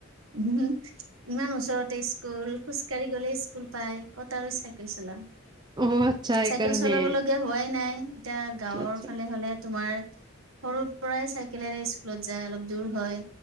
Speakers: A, on the right; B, on the right.
A: ওহো, ইমান ওচৰতে স্কুল খোজকাঢ়ি গ'লে স্কুল পায়। কত আৰু চাইকেল চলাম।
B: অ আচ্ছা সেইকাৰণে
A: চাইকেল চলাব লগীয়া হোৱাই নাই এতিয়া গাঁৱৰ
B: আচ্ছা
A: ফালে হলে তোমাৰ সৰুৰ পৰাই চাইকেলেৰে স্কুলত যায় অলপ দূৰ হয়